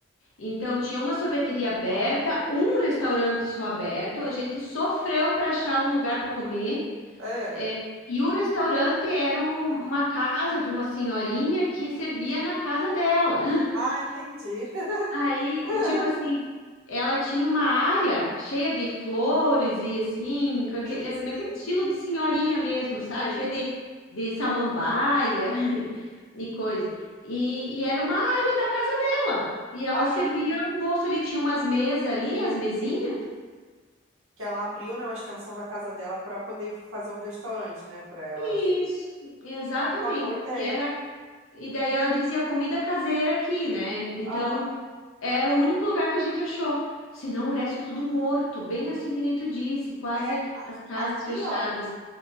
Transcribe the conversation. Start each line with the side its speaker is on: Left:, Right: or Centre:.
Left: Então tinha uma sorveteria aberta, um restaurante só aberto. A gente sofreu para achar um lugar para comer.
Right: É.
Left: É, e o restaurante era um- uma casa de uma senhorinha que servia na casa dela. <laughs>
Right: Ah, entendi.
Left: Aí,
Right: <laughs>
Left: é tipo assim, ela tinha uma área cheia de flores e assim, com aquele,
Right: Sim,
Left: é,
Right: sim,
Left: naquele estilo de senhorinha mesmo, sabe?
Right: sei.
Left: Cheia de, de samambaia <laughs> e coisa. E, e era uma área da casa dela. E ela
Right: Ah,
Left: servia
Right: sim.
Left: almoço ali, tinha umas mesas ali, as mesinhas.
Right: Que ela abriu, né, uma extensão da casa dela para poder fazer um restaurante, né, para ela.
Left: Isso, exatamente.
Right: É uma boa ideia.
Left: E era E daí ela dizia comida caseira aqui, né? Então
Right: Aham.
Left: era o único lugar que a gente achou. Senão o resto tudo morto, bem assim que nem tu disse, quase
Right: É. a-
Left: as casas
Right: Aqui,
Left: fechadas.
Right: ó.